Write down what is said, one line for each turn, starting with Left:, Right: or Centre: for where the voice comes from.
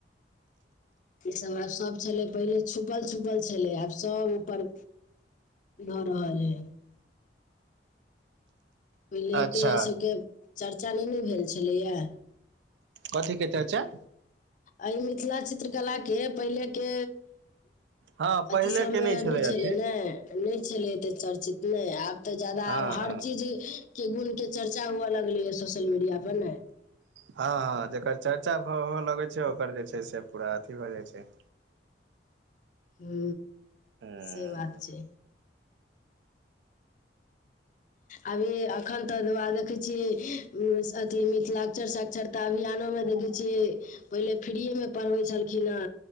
Left: ईसभ आब सभ छलै। पहिले छुपल छुपल छलै। आब सभ ऊपर भऽ रहल है। पहिले
Right: अच्छा
Left: एते एहि सभके चर्चा नहि ने भेल छलैया।
Right: कथी के चर्चा
Left: एहि मिथिला चित्रकला के पहिले के।
Right: हँ पहिले
Left: अथी सभमे
Right: के
Left: नहि छलै
Right: अथी
Left: ने। नहि छलै एते चर्चि नहि आब तऽ जादा
Right: हँ
Left: आब
Right: हँ
Left: हर चीज के गुण के चर्चा हुए लगले ये सोशल मीडिया पर न
Right: ह ह जेकर चर्चा भ लगैत छै ओकर जे छै से पूरा अथी भऽ जाइत छै
Left: हू
Right: हँ
Left: से बात छै अभी एखन तक दुअरा देखै छियै अथी मिथिला क्षर साक्षरता अभियानो मे देखै छियै पहिले फ्रीए मे पढ़बै छलखिन हे